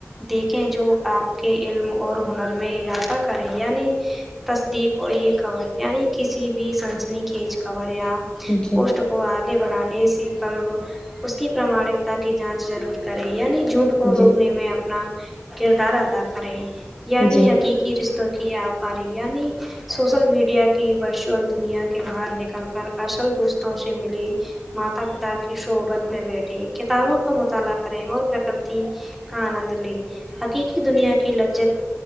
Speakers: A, in the centre; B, on the left.
A: دیکھیں جو آپ کے علم اور ہنر میں اضافہ کریں یعنی تصدیق اور یہ کور یعنی کسی بھی سنسنی کج کور یا
B: جی جی
A: پوسٹ آگے بڑھانے سے کلب اس کی پراماانکتا کی جانچ ضرور کریں یعنی جھوٹ کو روکنے
B: جی
A: میں اپنا کردار ادا کریں یعنی
B: جی
A: حقیقی رشتوں کی آپ یعنی سوشل میڈیا کی ورچوئل دنیا کے باہر نکل کر اصل دوستوں سے ملیے ماتا پتا کی شوبت میں بیٹھےکتابوں کا مطالعہ کریں اور پرکرتی ہاں نند لی حقیقی دنیا کی لجت